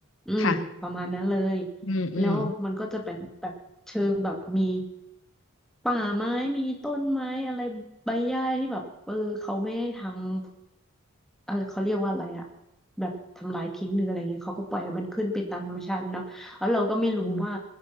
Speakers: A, in the centre; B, on the left.
A: อืมประมาณนั้นเลย
B: ค่ะ อืมอืม
A: แล้วมันก็จะเป็นแบบเชิงแบบมีป่าไม้มีต้นไม้อะไรใบหญ้าที่แบบเออเขาไม่ได้ทำอะไรเขาเรียกว่าอะไรอะแบบทำลายทิ้งหรืออะไรเงี้ยเขาก็ปล่อยให้มันขึ้นเป็นตามธรรมชาติมันเนาะแล้วเราก็ไม่รู้ว่า
B: อืม